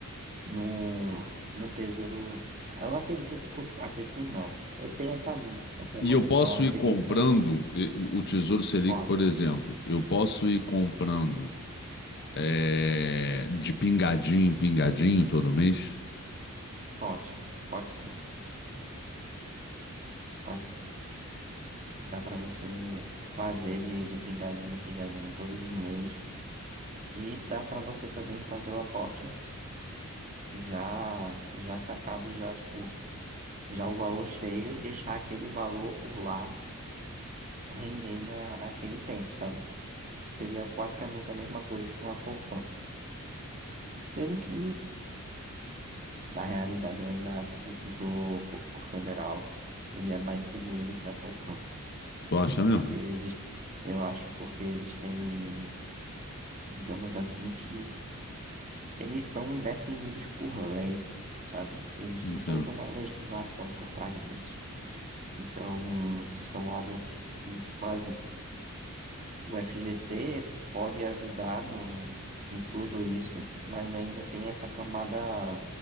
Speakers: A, on the right; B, on the left.
A: num, num tesouro. Eu acredito, eu acredito não. Eu tenho essa, essa
B: E
A: mania
B: eu posso
A: de falar acredito,
B: ir comprando
A: mas não.
B: e, o Tesouro Selic,
A: pode,
B: por exemplo, eu posso ir comprando é, de pingadinho em pingadinho todo mês?
A: pode, pode sim, pode sim. Dá pra você fazer de, de pingadinho em pingadinho todos os meses. E dá pra você também fazer o aporte já já sacado já tipo já o valor cheio e deixar aquele valor por lá rendendo a, aquele tempo, sabe? Que seria praticamente a mesma coisa que uma poupança. Sendo que na realidade eu ainda acho que o título público federal ele é mais seguro do que a poupança,
B: Tu acha mesmo?
A: porque existe, eu acho, porque eles têm, digamos assim, que eles são defendidos por lei, sabe? Existe
B: Então.
A: toda uma legislação por trás disso. Então, são algo que, que, por exemplo, o FGC pode ajudar no, em tudo isso, mas ainda tem essa camada